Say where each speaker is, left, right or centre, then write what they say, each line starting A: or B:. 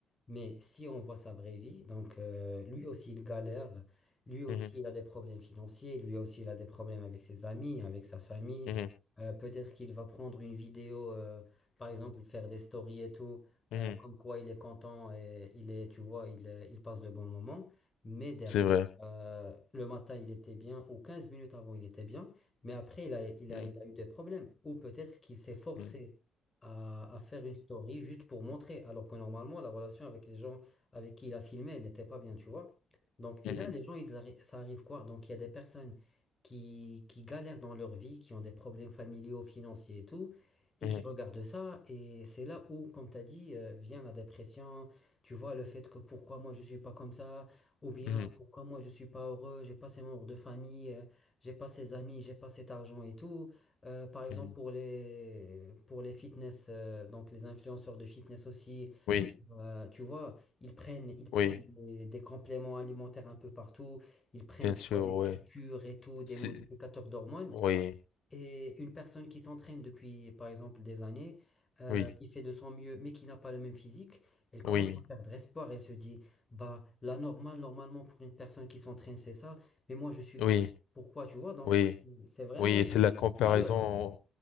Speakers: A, on the left (about 25°); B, on the left (about 85°).
A: Mais si on voit sa vraie vie, donc euh, lui aussi il galère, lui aussi
B: mhm,
A: il a des problèmes financiers, lui aussi il a des problèmes avec ses amis, avec sa famille.
B: mhm,
A: Euh, peut-être qu'il va prendre une vidéo, euh, par exemple faire des stories et tout,
B: mhm,
A: euh,
B: mhm.
A: comme quoi il est content et il est, tu vois, il, est- il passe de bons moments. Mais derrière,
B: C'est vrai.
A: euh, le matin il était bien, ou 15 minutes avant il était bien, mais après il a, il
B: Mhm,
A: a, il a eu des problèmes. Ou peut-être qu'il s'est forcé
B: mhm,
A: à, à faire une story juste pour montrer, alors que normalement, la relation avec les gens avec qui il a filmé elle n'était pas bien, tu vois. Donc,
B: mhm,
A: et là, les gens, ils arri- ça arrive quoi? Donc, il y a des personnes qui, qui galèrent dans leur vie, qui ont des problèmes familiaux, financiers et tout, et
B: mhm,
A: qui regardent ça, et c'est là où, comme tu as dit, euh, vient la dépression, tu vois, le fait que pourquoi moi je suis pas comme ça, ou bien
B: mhm, mhm,
A: pourquoi moi je suis pas heureux, j'ai pas ces membres de famille, euh, j'ai pas ces amis, j'ai pas cet argent et tout. Euh, par exemple,
B: mhm.
A: pour les, pour les fitness, euh, donc les influenceurs de fitness aussi,
B: Oui,
A: euh, tu vois, ils prennent, ils prennent
B: oui,
A: des, des compléments alimentaires un peu partout, ils prennent,
B: bien
A: tu
B: sûr,
A: vois, des
B: oui.
A: piqûres et tout, des
B: C'est-
A: modificateurs d'hormones.
B: Oui,
A: Et une personne qui s'entraîne depuis, par exemple, des années, euh,
B: oui,
A: qui fait de son mieux, mais qui n'a pas le même physique, elle commence
B: oui,
A: à perdre espoir. Elle se dit, bah, la normale, normalement, pour une personne qui s'entraîne, c'est ça, mais moi, je suis comme
B: oui,
A: ça. Pourquoi, tu vois, donc
B: oui.
A: c'est c'est vraiment
B: Oui, c'est la comparaison.
A: malheureux.